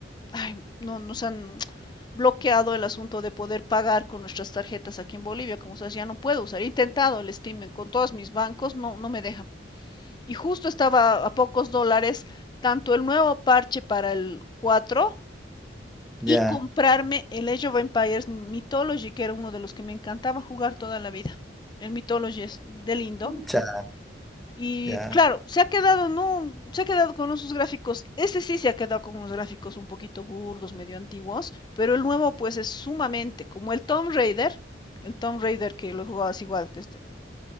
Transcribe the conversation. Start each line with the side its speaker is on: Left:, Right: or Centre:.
Left: ay, no, nos han bloqueado el asunto de poder pagar con nuestras tarjetas aquí en Bolivia, como sabes, ya no puedo usar. He intentado el Steam con todos mis bancos, no, no me deja. Y justo estaba a pocos dólares tanto el nuevo parche para el 4
Centre: ya.
Left: y comprarme el Age of Empires Mythology, que era uno de los que me encantaba jugar toda la vida. El Mythology es de lindo.
Centre: Mucha,
Left: Y
Centre: ya.
Left: claro, se ha quedado, no, se ha quedado con esos gráficos. Ese sí se ha quedado con unos gráficos un poquito burdos, medio antiguos, pero el nuevo pues es sumamente como el Tomb Raider, el Tomb Raider que lo jugabas igual este,